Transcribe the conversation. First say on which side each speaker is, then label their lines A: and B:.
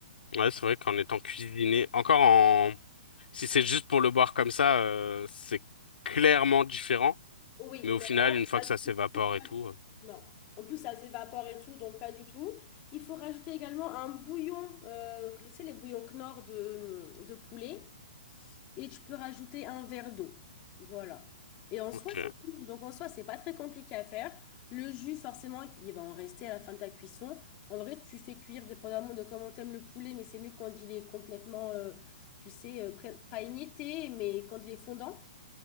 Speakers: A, on the left (about 75°); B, on the left (about 20°).
A: Ouais, c'est vrai qu'en étant cuisiné, encore en, si c'est juste pour le boire comme ça, euh, c'est clairement différent.
B: Oui,
A: Mais au
B: mais
A: final,
B: alors là,
A: une fois
B: pas
A: que ça s'évapore
B: du tout,
A: et
B: pas
A: tout,
B: du tout.
A: euh,
B: non. En plus, ça s'évapore et tout, donc pas du tout. Il faut rajouter également un bouillon, euh, tu sais, les bouillons Knorr de, de poulet. Et tu peux rajouter un verre d'eau. Voilà. Et en
A: ok.
B: soi, c'est tout. Donc en soi, c'est pas très compliqué à faire. Le jus, forcément, il va en rester à la fin de ta cuisson. En vrai, tu fais cuire dépendamment de comment t'aimes le poulet, mais c'est mieux quand il est complètement, euh, tu sais, euh, prêt- pas émietté, mais quand il est fondant,